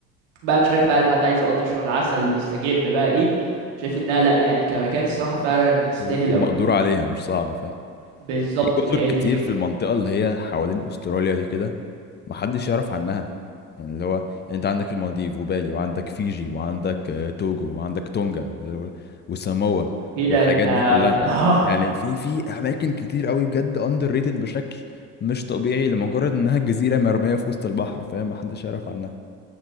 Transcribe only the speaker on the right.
بقى مش عارف بقى الحد عايز يقضي شهر عسل يستجم بقى ايه شايف انها لا يعني كمكان الصراحه فعلا يستاهل
قوي
بالظبط
ما هي
دي الفكره
كده
انت انت
<laughs> اه